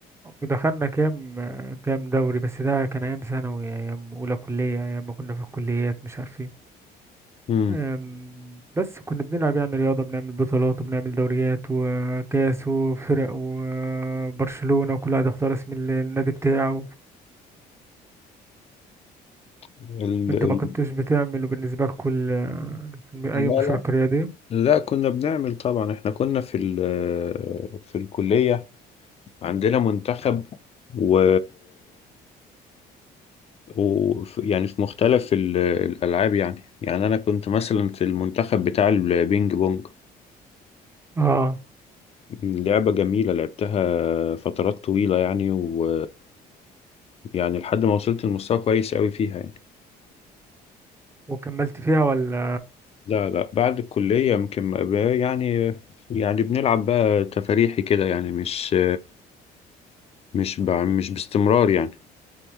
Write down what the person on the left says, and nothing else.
امم
ال...
ال...
لا
لا
لا كنا بنعمل طبعا احنا كنا في ال... في الكليه عندنا منتخب و, و... يعني في مختلف ال- الالعاب يعني يعني انا كنت مثلا في المنتخب بتاع البينج بونج
لعبة جميلة لعبتها فترات طويلة يعني و يعني لحد ما وصلت لمستوى كويس قوي فيها يعني
لا لا بعد الكلية يمكن ما بقى- يعني يعني بنلعب بقى تفاريحي كده يعني مش مش بع- مش باستمرار يعني